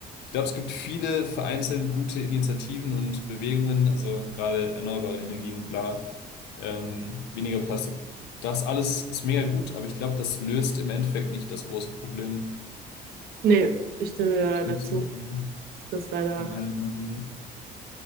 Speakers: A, on the left; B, on the right.
A: ich glaube, es gibt viele vereinzelt gute Initiativen und Bewegungen, also gerade erneuerbare Energien, bla, ähm, weniger Plastik. Das alles ist mega gut, aber ich glaube, das löst im Endeffekt nicht das große Problem.
B: Nee, ich stimme dir leider
A: Ist ein bisschen
B: zu,
A: meine-
B: dass das leider,
A: meine Meinung.